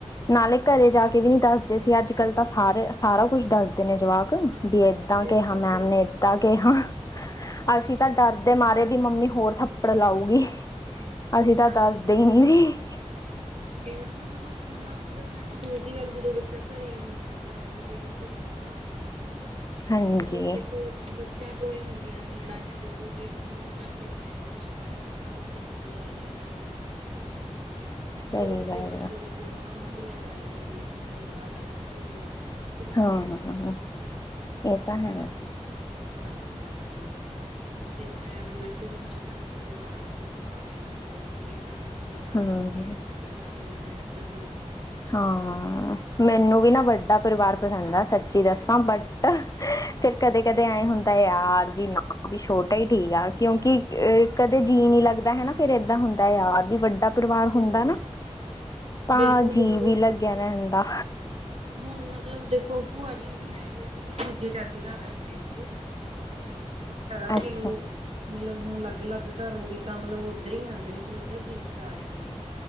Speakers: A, on the left; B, on the right.
A: ਨਾਲੇ ਘਰੇ ਜਾ ਕੇ ਵੀ ਨੀ ਦੱਸਦੇ ਸੀ ਅੱਜ ਕੱਲ ਤਾਂ ਸਾਰੇ ਸਾਰਾ ਕੁਛ ਦੱਸਦੇ ਨੇ ਜਵਾਕ। ਵੀ ਏਦਾਂ
B: ਬਿਲਕੁਲ
A: ਕਿਹਾ ਮੈਮ
B: ਬਿਲਕੁਲ
A: ਨੇ ਏਦਾਂ ਕਿਹਾ। ਅਸੀਂ
B: ਉਹ
A: ਤਾਂ
B: ਗੱਲ
A: ਡਰਦੇ
B: ਸਹੀ।
A: ਮਾਰੇ ਵੀ ਮੰਮੀ ਹੋਰ ਥੱਪ ਪੜ ਲਾਉਗੀ। ਅਸੀਂ ਤਾਂ
B: ਹਾਂਜੀ
A: ਦੱਸਦੇ
B: ਹਾਂਜੀ
A: ਹੀ ਨੀ ਸੀ।
B: ਇਹ ਹੁਣ ਦੇਖੋ ਸਕੂਲਾਂ ਵਿੱਚ ਤਾਂ ਸਹਿਣਾ ਦੂਰ ਦੀ ਗੱਲ ਜਦੋਂ ਬੱਚਾ ਘਰੇ ਹੀ ਨਹੀਂ ਸਹਿਿੰਦਾ ਹੈਗਾ ਜੇ ਉਹਨੂੰ ਕਿਸੇ ਨੇ ਕੁਛ ਕਹਿ ਤਾ ਹਨਾ,
A: ਹਾਂਜੀ
B: ਮਤਲਬ ਦੇਖੋ ਬੱਚਿਆਂ ਤੋਂ ਹੀ ਹੁੰਦੀਆਂ ਨੇ ਲੜਾਈਆਂ ਦੇਖੋ ਜੇ ਮਤਲਬ ਚਾਚੇ, ਤਾਏ ਨੇ ਕੁੱਛ ਕਹਿ ਤਾ ਹਨਾਂ ਬੱਚੇ ਨੂੰ ਉਹੀ ਗੱਲ ਜਾ ਕੇ ਆਪਣੇ ਮਾਂ-ਬਾਪ ਨੂੰ ਦੱਸਤੀ।
A: ਸਹੀ
B: ਫੇਰ ਉਸੇ ਗੱਲ
A: ਆ।
B: ਤੋਂ ਦੇਖੋ ਹਨਾ ਉਹਨਾਂ ਦੀ ਲੜਾਈ ਹੋ ਗਈ। ਫਿਰ ਪਰਿਵਾਰ ਅਲੱਗ ਹੋ ਗਏ। ਕਿੰਨਾ
A: ਹਾਂ
B: ਫਰਕ ਪੈ ਜਾਂਦਾ।
A: ਇਹ ਤਾਂ ਹੈ।
B: ਹਾਂਜੀ-ਹਾਂਜੀ। ਜੇ ਦੇਖਿਆ ਜਾਵੇ ਵੈਸੇ ਤੇ ਹੁਣ ਜੇ ਇਕੱਠੇ ਪਰਿਵਾਰਾਂ ਦੇਖੋ ਫਾਇਦੇ ਵੀ ਬਹੁਤ ਸੀਗੇ ਹਨਾ ਇਕੱਠੇ ਰਲ-ਮਿਲ
A: ਹਮ
B: ਕੇ ਰਹਿਣਾ ਕਿੰਨਾ ਜੀਅ ਲੱਗਿਆ ਰਹਿੰਦਾ ਸੀਗਾ।
A: ਹਾਂ। ਮੈਨੂੰ ਵੀ ਨਾ ਵੱਡਾ ਪਰਿਵਾਰ ਪਸੰਦ ਐ। ਸੱਚੀ ਦੱਸਾਂ ਬਟ
B: ।
A: ਫਿਰ ਕਦੇ-ਕਦੇ ਏਂ ਹੁੰ। ਦਾ ਯਾਰ ਵੀ ਨਾ ਵੀ ਛੋਟਾ ਹੀ ਠੀਕ ਆ। ਕਿਉਂਕਿ? ਕਦੇ ਜੀਅ ਨੀ ਲੱਗਦਾ ਹਨਾ। ਫਿਰ ਏਦਾਂ ਹੁੰਦਾ ਯਾਰ ਵੀ ਵੱਡਾ ਪਰਿਵਾਰ
B: ਬਿਲਕੁਲ
A: ਹੁੰਦਾ ਨਾ। ਤਾਂ
B: ਬਿਲਕੁਲ
A: ਜੀਅ
B: ਬਿਲਕੁਲ
A: ਵੀ ਲੱਗਿਆ ਰਹਂਦਾ।
B: ਹੁਣ ਮਤਲਬ ਦੇਖੋ ਭੂਆ ਜੀ। ਉਹਨੀ ਆਏ ਹੋਏ ਸੀਗੇ ਉਹ ਦੂਜੇ ਚਾਚੇ ਘਰ ਰਹਿੰਦੇ ਸੀਗੇ। ਮਤਲਬ ਹਨਾ। ਪਹਿਲਾਂ ਤਾਂ
A: ਅੱਛਾ
B: ਚਲੋ। ਮਤਲਬ ਹੁਣ ਅਲੱਗ-ਅਲੱਗ ਘਰ ਹੋ ਗਏ ਤਾਂ। ਮਤਲਬ ਉਹ ਉੱਧਰ ਹੀ ਆਉਂਦੇ ਨੇ ਚਲੋ ਇੱਧਰ ਦਿਨ ਚ ਚ ਆ ਜਾਂਦੇ ਨੇ।